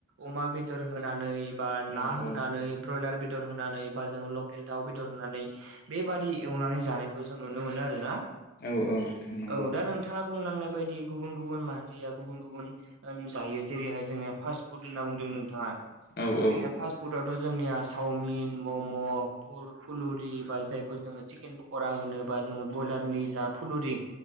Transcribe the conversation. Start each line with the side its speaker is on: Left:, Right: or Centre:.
Right: अमा बेदर होनानै बा
Left: औ
Right: ना होनानै
Left: औ
Right: ब्रयलार बेदर होनानै बा जोङ लकेल दाउ बेदर होनानै बेबादि एवनानै जानायखौ जों नुनो मोनो आरोना
Left: औ-औ नोंथां नंगौ।
Right: औ दा नोंथाङा बुंलांनाय बायदि गुबुन गुबुन माहारिया गुबुन गुबुन जायो जेरैहाय जोंनिया फास्ट फुद होनना बुंदों नोंथाङा
Left: औ औ
Right: जोंनिया फास्ट फुद आवथ' जोंनिया चावमिन मम' फुलुरि बा जायखौ जोङो चिकेन पकरा होनो बा जोङो ब्रयलारनि जा फुलुरि